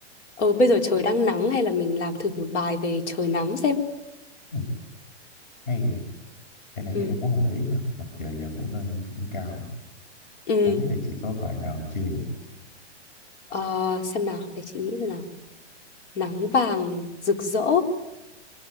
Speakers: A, on the left; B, on the left.
A: ờ, bây giờ trời đang nắng hay là mình làm thử một bài về trời nắng xem
B: ừ, hay vậy. em nãy
A: ừ
B: giờ em cũng không để ý ha mặt trời giờ cũng lên cũng cao rồi.
A: ừ
B: không biết là chị có bài nào chưa nhỉ
A: Ờ, xem nào để chị nghĩ xem nào nắng vàng rực rỡ